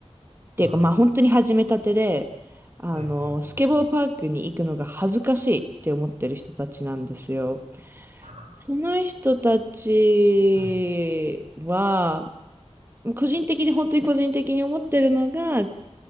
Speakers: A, on the right; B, on the right.
A: ていうか、
B: あ
A: まあ本当に始めたてで、あの、
B: あ、はい、はい、はい、
A: スケボーパークに行くのが恥ずかしいって思ってる人たちなんですよ。
B: はい。
A: その人たちは、
B: はい、
A: 個人的に、本当に個人的に思ってるのが、